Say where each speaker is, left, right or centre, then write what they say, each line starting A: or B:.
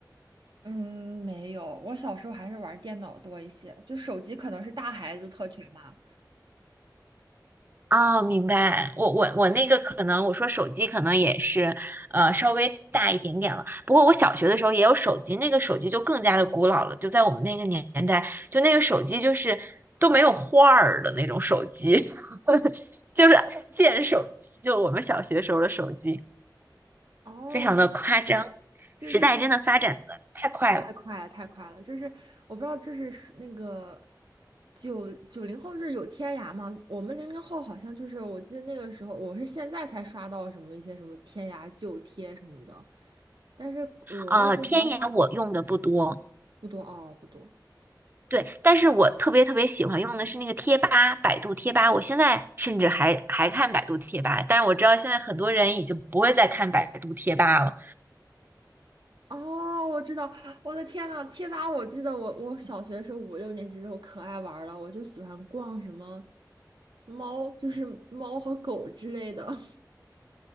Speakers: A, on the right (about 85°); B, on the right (about 30°).
A: 嗯，没有，我小时候还是玩电脑多一些，就手机可能是大孩子特权嘛。
B: 哦，明白。我我我那个可能，我说手机可能也是，呃，稍微大一点点了。不过我小学的时候也有手机，那个手机就更加的古老了，就在我们那个年代，就那个手机就是都没有画儿的那种手机，<laughs> 就是按键手机，就我们小学时候的手机，
A: 哦，
B: 非常的夸张。
A: 这这就是
B: 时代真的发展的太快了。
A: 太快了，太快了！就是我不知道，就是是那个九九零后是有天涯吗？我们零零后好像就是，我记得那个时候，我是现在才刷到什么一些什么天涯旧贴什么的，但是我那时候还在上小学，
B: 啊！天眼我用的不多，
A: 不多哦，不多
B: 对，但是我特别特别喜欢用的是那个贴吧，百度贴吧。我现在甚至还还看百度贴吧，但是我知道现在很多人已经不会再看百度贴吧了。
A: 哦，我知道，我的天呐，贴吧！我记得我我小学的时候五六年级的时候可爱玩儿了，我就喜欢逛什么猫，就是猫和狗之类的。<laughs>